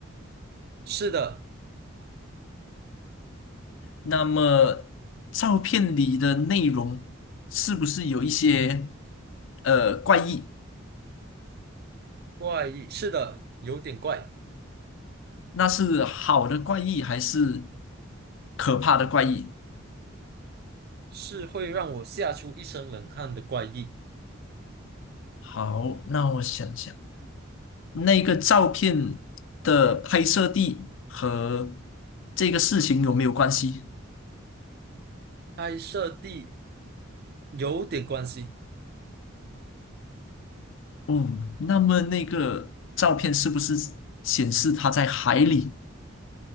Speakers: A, on the right; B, on the left.
A: 是的，
B: 那么照片里的内容是不是有一些呃怪异？
A: 怪异，是的，有点怪，
B: 那是好的怪异还是可怕的怪异？
A: 是会让我吓出一身冷汗的怪异。
B: 好，那我想想，那个照片的拍摄地和这个事情有没有关系？
A: 拍摄地有点关系，
B: 哦，那么那个照片是不是显示它在海里？